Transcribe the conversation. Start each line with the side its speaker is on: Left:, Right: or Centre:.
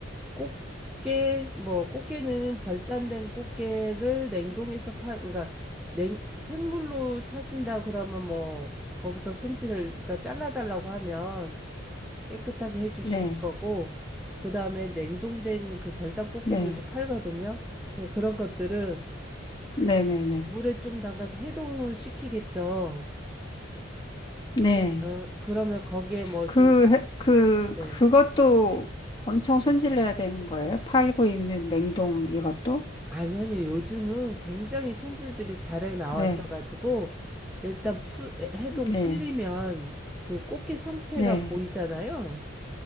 Centre: 꽃게 뭐 꽃게는 절단된 꽃게를 냉동해서 파 그러니까 냉 생물로 사신다 그러면 뭐 거기서 손질을 그러니까 잘라달라고 하면 깨끗하게 해주실
Left: 네.
Centre: 거고 그다음에 냉동된 그 절단 꽃게들도
Left: 네.
Centre: 팔거든요. 예, 그런 것들은
Left: 네네네.
Centre: 물에 좀 담가서 해동을 시키겠죠.
Left: 네.
Centre: 어, 그러면 거기에 뭐
Left: 그,
Centre: 좀
Left: 해- 그,
Centre: 네.
Left: 그것도 엄청 손질해야 되는 거예요? 팔고 있는 냉동 이것도?
Centre: 아니, 아니, 요즘은 굉장히 손질들이 잘해 나왔어가지고,
Left: 네.
Centre: 일단 풀, 해동
Left: 네.
Centre: 풀리면 그 꽃게 상태가
Left: 네.
Centre: 보이잖아요.